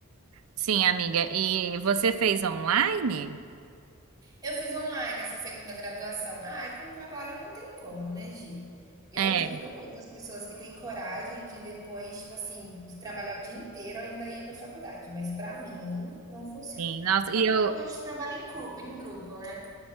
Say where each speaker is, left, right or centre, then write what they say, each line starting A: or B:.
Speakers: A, on the right; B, on the right.
A: Sim, amiga. E você fez online?
B: Eu fiz online essa segunda graduação. Ah, e com trabalho não tem como, né, Gi? Eu
A: É,
B: admiro muito as pessoas que têm coragem de depois, tipo assim, de trabalhar o dia inteiro ainda ir para a faculdade. Mas para mim não funciona.
A: sim. Nossa,
B: Até
A: e
B: porque
A: eu,
B: eu não gosto de trabalho em, cu- em grupo, né?